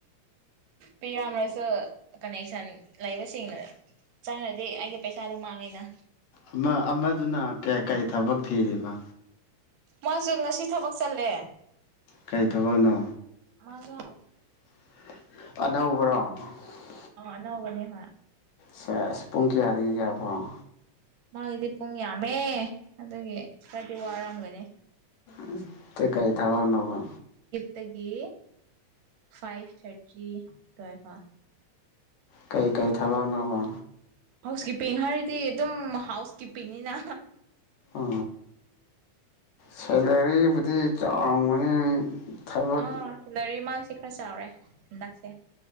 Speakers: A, on the right; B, on the left.
A: ꯄꯤꯔꯝꯔꯁꯨ ꯀꯅꯦꯛꯁꯟ ꯂꯩꯕꯁꯤꯡꯦꯡꯅ ꯆꯪꯉ꯭ꯔꯗꯤ ꯑꯩꯒꯤ ꯄꯩꯁꯥꯗꯣ ꯃꯥꯡꯉꯦꯅ꯫
B: ꯑꯃ ꯑꯃꯗꯨꯅ ꯀꯌꯥ ꯀꯔꯤ ꯊꯕꯛ ꯊꯤꯔꯤꯕ꯫
A: ꯃꯥꯁꯨ ꯉꯁꯤ ꯊꯕꯛ ꯆꯜꯂꯦ꯫
B: ꯀꯔꯤ ꯊꯕꯛꯅꯣ꯫
A: ꯃꯖꯨ꯫
B: ꯑꯅꯧꯕꯔꯣ꯫ ꯫
A: ꯑ ꯅꯧꯕꯅ‌ꯦ ꯍꯥ꯫
B: ꯁ‌ꯦꯁ ꯄꯨꯡ ꯀꯌꯥꯗꯒꯤ ꯀꯌꯥꯐꯥꯎ꯫
A: ꯃꯥꯒꯤꯗꯤ ꯄꯨꯡ ꯌꯥꯝꯃꯦ ꯑꯗꯨꯒꯤ ꯈꯔꯗꯤ ꯋꯥꯔꯝꯒꯅꯤ꯫
B: ꯎꯝ꯫ ꯇ‌ꯦ ꯀꯩ ꯊꯕꯛ ꯅꫭꯕ꯫
A: ꯗꯒꯤ ꯐꯥꯏꯚ ꯊꯥꯔꯇꯤ ꯗꯨꯋꯥꯏꯐꯥꯎ꯫
B: ꯀꯩꯀꯩ ꯊꯕꯛꯅꯣꯕ꯫
A: ꯍꯥꯎꯁ ꯀꯤꯞꯄꯤꯡ ꯍꯥꯏꯔꯗꯤ ꯑꯗꯨꯝ ꯍꯥꯎꯁ ꯀꯤꯞꯄꯤꯡꯅꯤꯅ꯫
B: ꯑ ꯁꯂꯔꯤ ꯕꯨꯗꯤ ꯆꯥꯎꯔꯝꯒꯅꯤ꯫ ꯊꯕꯛ
A: ꯑ ꯁꯤꯂꯔꯤ ꯃꯁꯤ꯫ ꯈꯔ ꯆꯥꯎꯔꯦ ꯍꯟꯗꯛꯁꯦ꯫